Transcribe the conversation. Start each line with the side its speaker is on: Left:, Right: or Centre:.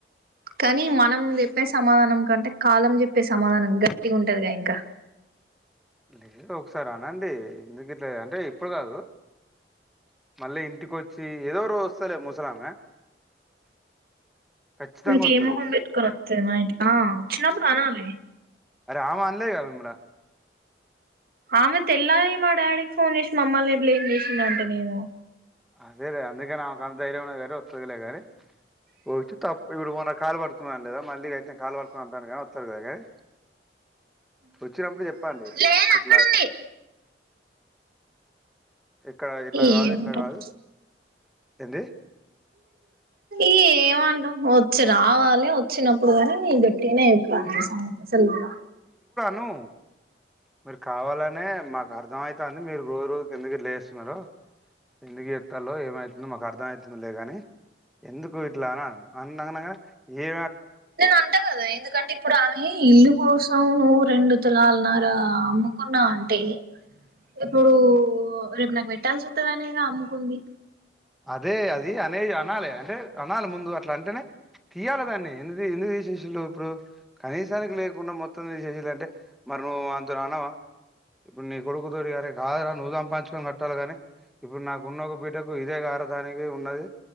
Right: కని మనం చెప్పే సమాధానం కంటే కాలం చెప్పే సమాధానం గట్టిగా ఉంటదిగా ఇంకా
Centre: లేదు ఒకసారి అనండి. ఎందుకు ఇట్ల అంటే ఇప్పుడు కాదు మళ్ళీ ఇంటికి వచ్చి ఏదో రోజు వస్తలే ముసలామె ఖచ్చితంగా
Right: ఇంకే
Centre: వత్తది
Right: మొహం పెట్టుకొని వత్తది మా ఇంటికి ఆ వచ్చినప్పుడు అనాలి.
Centre: రామ అంటే తినలే నువ్వు కూడా
Right: ఆమె తెల్లారి మా డాడీకి ఫోన్ చేసి మమ్మల్ని బ్లేమ్ చేసిందంటేదెమో
Centre: అదేలే అందుకని ఆమెకి అంత ధైర్యంమున్నది. కాబట్టి ఒత్తలే కాని ఒచ్చి తప్పు ఇప్పుడు మొన్న కాలు పడుకున్నాన్ లేదా మళ్ళీ గట్నే కాలు పడుకుని అంటాను కాని వత్తలే కానీ వచ్చినప్పుడు చెప్పండి.
Right: లేదు
Centre: ఇట్లాని
Right: అక్కడుంది
Centre: ఇక్కడ ఇట్లా
Right: ఏముంటది
Centre: గాదు ఇట్లా గాదు ఏంది.
Right: ఏవంటం వచ్చి రావాలి వచ్చినప్పుడు కానీ నీట్ ఎకు సంగద సల్దుద
Centre: ను మీరు కావాలనే మాకు అర్థం అయితాంది మీరు రోజు రోజు కిందకి లే రో ఎందుకు చెత్తల్లో ఏమవుతుందో మాకు అర్థం అవుతుందిలే గాని ఎందుకు ఇట్లా అన అన్న గని ఏ
Right: నేను అంటాగద ఇందుకంటే ఇప్పుడు ఆమె ఇల్లు కోసం నువ్వు రెండు తులాలన్నర అమ్ముకున్నా అంటే ఇప్పుడు రేపు నాకు పెట్టాల్సొత్తదనేగా అమ్ముకుంది
Centre: అదే అది అనేది అనాలి అంటే అనాలి ముందు అట్లా అంటేనే తీయాలి దాన్ని ఎది ఎందుది శషులు ఇప్పుడు కనీసానికి లేకుండా మొత్తం శష్యులు అంటే మరి నువ్వు అంత అనవా ఇప్పుడు నీ కొడుకు తరి గారే కాదురా నువ్వు సంపాదుకని కట్టాలి కాగానీ ఇప్పుడు నాకున్న ఒక బిడ్డకు ఇదే గార దానికి ఉన్నది